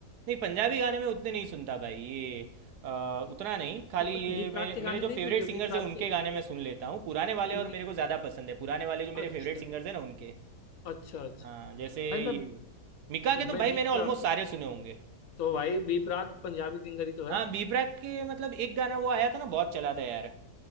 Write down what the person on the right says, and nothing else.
नहीं पंजाबी गाने में उतने नहीं सुनता भाई ये अ, उतना नहीं खाली
ये
मे,
मेरे जो
फेवरेट
सिंगर्स
हैं उनके
गाने मैं सुन लेता हूँ पुराने वाले
और मेरे को ज़्यादा पसंद है पुराने वाले जो मेरे
फेवरेट सिंगर्स हैं ना उनके
हाँ जैसे
ये
मिका के तो भाई
मैंने ऑलमोस्ट
सारे सुने होंगे
हाँ बी प्राक के मतलब एक गाना वो आया था ना बहुत चला था यार